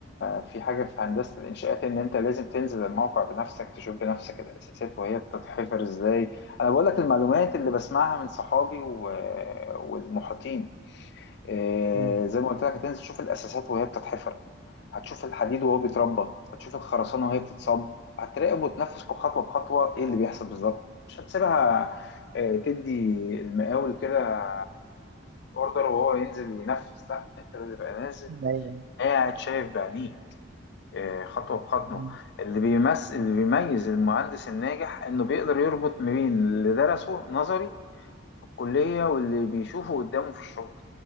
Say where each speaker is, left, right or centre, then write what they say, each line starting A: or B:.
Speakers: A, on the left (about 55°); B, on the right (about 50°).
A: في حاجة في هندسة الإنشاءات إن أنت لازم تنزل الموقع بنفسك تشوف بنفسك الأساسات وهي بتتحفر إزاي أنا بقول لك المعلومات اللي بسمعها من صحابي و... والمحيطين إيه،
B: مم.
A: زي ما قلت لك هتنزل تشوف الأساسات وهي بتتحفر هتشوف الحديد وهو بيتربى هتشوف الخرسانة وهي بتتصب هتراقب وتنفذ كل خطوة بخطوة إيه اللي بيحصل بالظبط مش هتسيبها إيه، تدي المقاول كده اوردر وهو ينزل ينفذ لا انت لازم تبقى نازل
B: أيوة.
A: قاعد شايف بعينيه آه، خطوة بخطوة
B: مم.
A: اللي بيمس اللي بيميز المهندس الناجح إنه بيقدر يربط ما بين اللي درسه نظري في الكلية واللي بيشوفه قدامه في الشغل